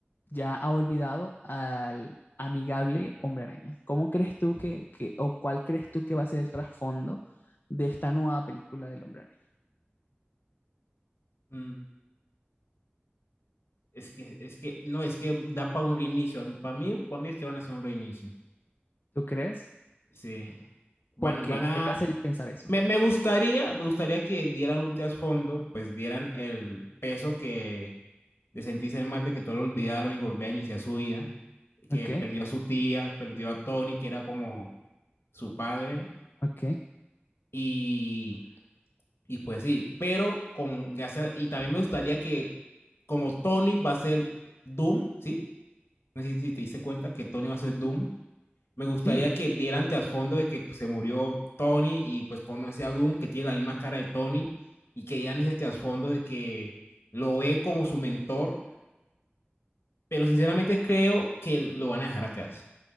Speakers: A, on the left; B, on the left.
A: ya ha olvidado al amigable Hombre Araña. ¿Cómo crees tú
B: Sí.
A: que, que o cuál crees tú que va a ser el trasfondo de esta nueva película del Hombre Araña?
B: Mm. Es que, es que, no, es que da para un reinicio. Para mí, para mí es que van a hacer un reinicio.
A: ¿Tú crees?
B: Sí. Van,
A: ¿Por qué?
B: van a...
A: ¿Qué te hace pensar eso?
B: Me, me gustaría, me gustaría que dieran un trasfondo, pues dieran el peso que de sentirse el mal de que todo lo olvidaron y volver a iniciar su vida,
A: Ok,
B: que perdió a su tía, perdió a Tony, que era como su padre,
A: ok,
B: y, y pues sí, pero con gracias, y también me gustaría que como Tony va a ser Doom, ¿sí? No sé si si te diste cuenta que Tony va a ser Doom, me gustaría
A: sí.
B: que dieran trasfondo de que pues, se murió Tony y pues conoce a Doom, que tiene la misma cara de Tony, y que dieran ese trasfondo de que lo ve como su mentor, pero sinceramente creo que lo van a dejar atrás.